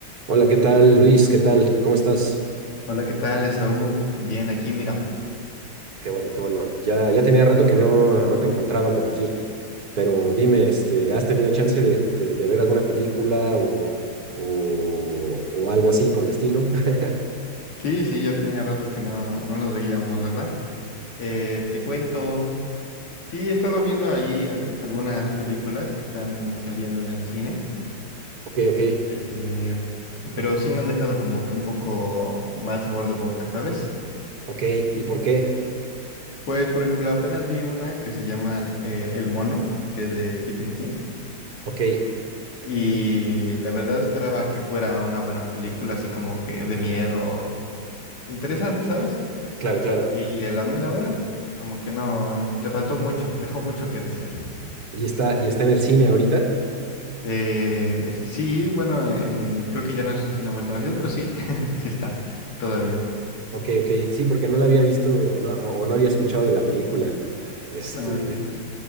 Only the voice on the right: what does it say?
Hola, ¿qué tal, Luis? ¿Qué tal? ¿Cómo estás?
Qué bueno, qué bueno. Ya, ya tenía rato que no, no te encontraba por aquí. Pero dime, este, ¿has tenido chance de, de- de ver alguna película o, o, o algo así por el estilo? <laughs>
Ok, ok,
ok. ¿Y por qué?
Ok,
claro, claro.
¿Y está, y está en el cine ahorita?
Ok, ok. Sí, porque no la había visto o no, o o no había escuchado de la película. Este,